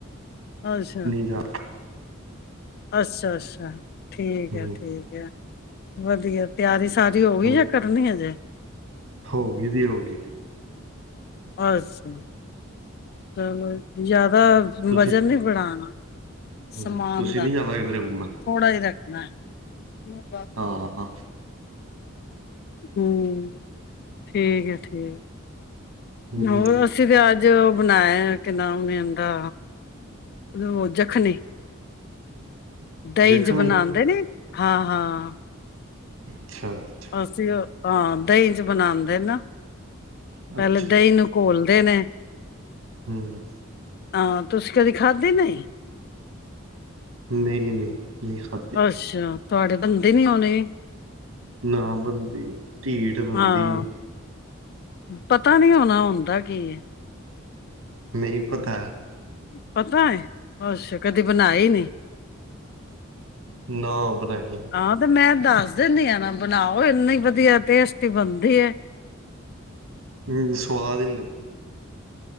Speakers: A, on the left; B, on the right.
A: ਅੱਸ਼ਾ।
B: ਜਾ
A: ਅੱਸ਼ਾ ਅੱਸ਼ਾ ਠੀਕ
B: ਹੂੰ
A: ਏ ਠੀਕ ਏ ਵਧੀਆ ਤਆਰੀ ਸਾਰੀ ਹੋ ਗਈ
B: ਹੋਰ
A: ਐ ਯਾ ਕਰ ਰਨੀ ਏ ਹਜੇ
B: ਹੋ ਗਿ ਜੀ ਹੋਗੀ ਜੀ।
A: ਅੱਸ਼ਾ ਚਲੋ ਜਾਦਾ
B: ਤੁਸੀਂ
A: ਵਜ਼ਨ ਨੀ ਬੜਾਨਾ।
B: ਹੂੰ
A: ਸਮਾਨ
B: ਤੁਸੀਂ
A: ਦਾ
B: ਨਹੀਂ ਜਾਣਾ ਕਿਧਰੇ ਘੁੰਮਣ
A: ਥੋੜਾ ਈ ਰੱਖਨਾ ਐ।
B: ਆ-ਹਾ।
A: ਹੂੰ ਠੀਕ ਏ ਠੀਕ
B: ਹੂੰ
A: ਏ ਹੋਰ
B: ਹੂੰ
A: ਰਸ ਅਸੀ ਤੇ ਅੱਜ ਓ ਬਣਾਆ ਐ ਕਿ ਨਾਮ ਏ ਓਂਦਾ। ਓ ਜਖਨੀ ਦਹੀ
B: ਜ਼ਖਮੀ
A: ਚ ਬਨਾਂਦੇ ਨੀ ਹਾਂ ਹਾਂ।
B: ਅੱਛਾ। ਅੱਛਾ
A: ਅਸੀ ਓ ਹਾਂ ਦਹੀ ਚ ਬਨਾਂਦੇ ਨਾ ਪੇਲੇ
B: ਅੱਛਾ
A: ਦਹੀ ਨੂੰ ਕੋਲਦੇ ਨੇ।
B: ਹੂੰ।
A: ਹਾਂ ਤੁਸੀ ਕਦੀ ਖਾਧੀ ਨਈ?
B: ਨਈ ਨਈ ਨੀ ਖਾਦੀ।
A: ਅੱਛਾ, ਤੁਆਡੇ ਬਨਦੇ ਨੀ ਓਣੇ
B: ਨਾ ਬਨਦੀ, ਢੀਟ ਬਨਦੀ
A: ਹਾਂ
B: ਏ।
A: ਪਤਾ ਨੀ ਓਣਾ ਓਂਦਾ ਕੀ ਏ।
B: ਨਈ ਪਤੈ।
A: ਪਤਾ ਏ, ਅੱਛਾ ਕਦੀ ਬਣਾਈ ਨੀ।
B: ਨਾ ਬਨਾਈ
A: ਹਾਂ ਤੇ ਮੈਂ ਦਾੱਸ ਦੇਨੀ ਆ ਨਾ ਬਨਾਓ ਏਨਈ ਵਦੀਆ ਟੇਸਟੀ ਬਨਦੀ ਏ।
B: ਹੂੰ ਸਵਾਦ ਈ ਨੀ ਲੱਦੀ